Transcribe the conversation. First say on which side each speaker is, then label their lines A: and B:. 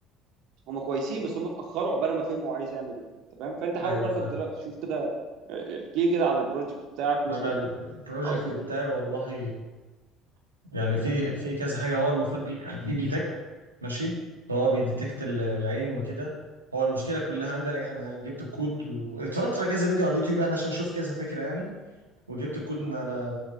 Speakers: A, on the right (about 55°); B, on the right (about 80°).
A: هم كويسين بس هم اتأخروا عقبال ما فهموا عايز يعمل ايه أنت فاهم فانت حاول
B: ايوه
A: برضك
B: فاهم
A: دلوقتي شوف كده آه، احكي لي كده على البروجكت بتاعك
B: ما
A: ممكن
B: انا ال- البروجكت
A: اعرف ايه
B: بتاعي
A: ده
B: والله يعني في في كذا حاجه هو المفروض بي بي ديتكت ماشي هو بيديتكت ال- العين وكده هو المشكله كلها عندي انا انا جبت الكود واتفرجت على كذا فيديو على اليوتيوب يعني عشان اشوف كذا فكره يعني وجبت الكود من على